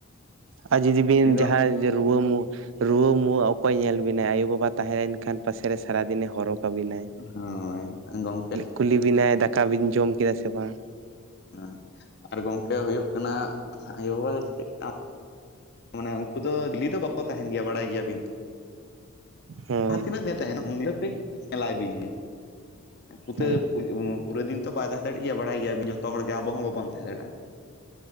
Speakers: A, on the right (about 65°); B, on the left (about 50°).
A: ᱟᱨ ᱡᱩᱫᱤ ᱵᱤᱱ
B: ᱩᱱᱤ ᱫᱚ
A: ᱡᱟᱦᱟᱭ ᱨᱩᱣᱟᱹ ᱢᱩᱣᱟᱹᱼᱼ ᱨᱩᱣᱟᱹ-ᱢᱩᱣᱟᱹ ᱚᱠᱚᱭ ᱧᱮᱞ ᱵᱤᱱᱟᱭ ᱟᱭᱳ ᱵᱟᱵᱟ ᱛᱟᱦᱮᱸ ᱞᱮᱱ ᱠᱷᱟᱱ ᱯᱟᱥᱮᱨᱮ ᱥᱟᱨᱟᱫᱤᱱᱮ ᱦᱚᱨᱦᱚ ᱠᱟᱵᱤᱱᱟᱭ᱾
B: ᱦᱳᱭ ᱛᱚᱝ ᱜᱚᱝᱠᱮ
A: ᱠᱩᱞᱤ ᱵᱤᱱᱟᱭ ᱫᱟᱠᱟ ᱵᱤᱱ ᱡᱚᱢ ᱠᱮᱫᱟ ᱥᱮ ᱵᱟᱝ᱾
B: ᱟᱸ ᱟᱨ ᱜᱚᱝᱠᱮ ᱦᱩᱭᱩᱜ ᱠᱟᱱᱟ ᱟᱭᱳ ᱵᱟᱵᱟ ᱫᱚ ᱟᱱ <unintelligible> ᱢᱟᱱᱮ ᱩᱝᱠᱩ ᱫᱚ ᱰᱤᱞᱤ ᱫᱚ ᱵᱟᱠᱚ ᱛᱟᱦᱮᱱ ᱜᱮᱭᱟ ᱵᱟᱲᱟᱭ ᱜᱮᱭᱟ ᱵᱤᱱ ᱛᱚ
A: ᱦᱳᱭ
B: ᱡᱟᱦᱟᱸ ᱛᱤᱱᱟᱹᱜ ᱫᱤᱱ ᱛᱟᱦᱮᱱᱟ ᱩᱱ ᱫᱤᱱ ᱫᱚ ᱠᱟᱹᱡᱽ ᱮ ᱧᱮᱞᱟᱭ ᱵᱤᱱ ᱜᱮ ᱯᱩᱛᱟᱹ
A: ᱦᱳᱭ
B: ᱯᱩ ᱩᱸ ᱯᱩᱨᱟᱹ ᱫᱤᱱ ᱛᱚ ᱵᱟᱭ ᱛᱟᱦᱮᱸ ᱫᱟᱲᱮᱜ ᱜᱮᱭᱟ ᱵᱟᱲᱟᱭ ᱜᱮᱭᱟ ᱵᱤᱱ ᱡᱷᱚᱛᱚ ᱦᱚᱲ ᱜᱮ ᱟᱵᱚ ᱦᱚᱸ ᱵᱟᱵᱚᱱ ᱛᱟᱦᱮᱸ ᱫᱟᱲᱮᱭᱟᱜᱼᱟ᱾